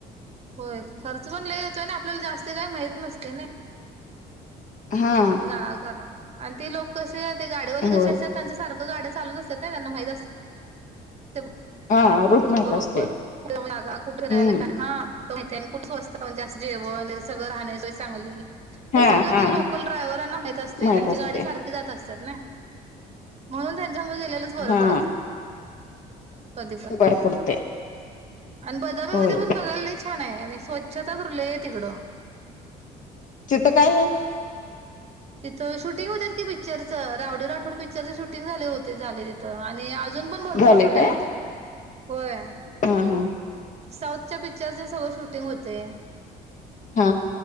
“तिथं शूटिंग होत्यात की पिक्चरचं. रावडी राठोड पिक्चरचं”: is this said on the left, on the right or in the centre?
Right